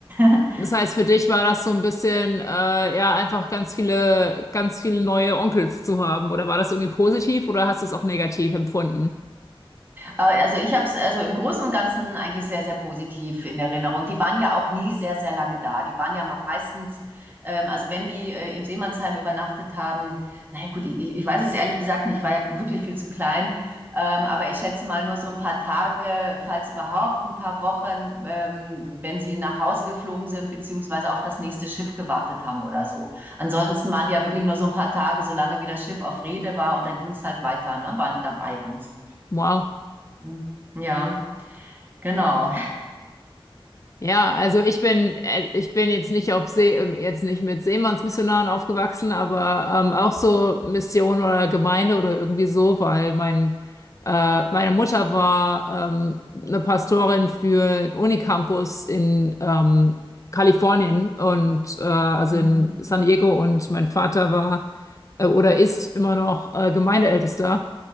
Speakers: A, on the right; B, on the left.
A: <laughs>
B: das heißt, für dich war das so ein bisschen, äh, ja, einfach ganz viele, ganz viele neue Onkels zu haben. Oder war das irgendwie positiv oder hast du es auch negativ empfunden?
A: Äh, Also ich habe es also im Großen und Ganzen eigentlich sehr, sehr positiv in Erinnerung. Die waren ja auch nie sehr, sehr lange da. Die waren ja meistens, ähm, also wenn die äh, im Seemannsheim übernachtet haben, naja gut, ich, ich ich weiß es ehrlich gesagt nicht, ich war ja wirklich viel zu klein, ähm, aber ich schätze mal nur so ein paar Tage, falls überhaupt ein paar Wochen, ähm, wenn sie nach Hause geflogen sind, beziehungsweise auf das nächste Schiff gewartet haben oder so. Ansonsten waren die ja wirklich nur so ein paar Tage, solange wie das Schiff auf Rede war und dann ging es halt weiter, ne, waren die dann bei uns.
B: Wow.
A: Mhm. Ja, genau.
B: Ja, also ich bin, äh, ich bin jetzt nicht auf See, ähm, jetzt nicht mit Seemannsmissionaren aufgewachsen, aber ähm, auch so Mission oder Gemeinde oder irgendwie so, weil mein, äh, meine Mutter war ähm, eine Pastorin für einen Unicampus in ähm, Kalifornien und äh, also
A: Mhm.
B: in San Diego und mein Vater war äh, oder ist immer noch äh, Gemeindeältester